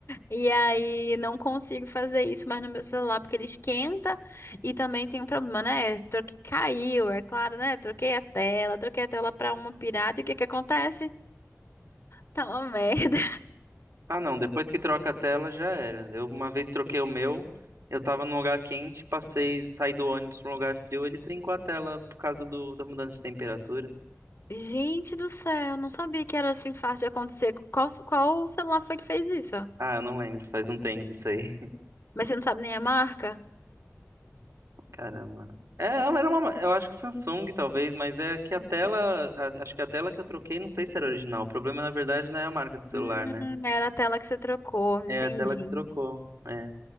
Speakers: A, on the left; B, on the right.
A: E aí não consigo fazer isso mais no meu celular, porque ele esquenta e também tem um problema, né? Troque, caiu, é claro, né? Troquei a tela, troquei a tela pra uma pirata e o que que acontece? Tá uma merda.
B: Ah, não, depois que troca a tela já era. Eu uma vez troquei o meu, eu tava num lugar quente, passei, saí do ônibus pra um lugar frio, ele trincou a tela por causa do, da mudança de temperatura.
A: <laughs> Gente do céu, não sabia que era assim fácil de acontecer. Qual, qual celular foi que fez isso?
B: Ah, eu não lembro, faz um tempo isso aí.
A: Mas você não sabe nem a marca?
B: Caramba. É, era uma, eu acho que Samsung talvez, mas é que a
A: Uhum.
B: tela, a- acho que a tela que eu troquei, não sei se era original. O problema na verdade não é a marca do celular,
A: Hum,
B: né?
A: era a tela que você trocou, entendi.
B: É a tela que trocou. É,